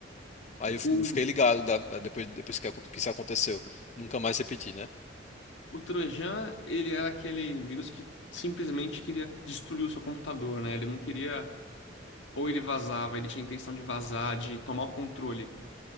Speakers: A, on the left; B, on the left.
A: Aí eu fi-
B: O,
A: fiquei ligado da- da- depois, depois que, acon- que isso aconteceu. Nunca mais repeti, né?
B: o Trojan, ele era aquele vírus que simplesmente queria destruir o seu computador, né? Ele não queria ou ele vazava, ele tinha intenção de vazar, de tomar o controle.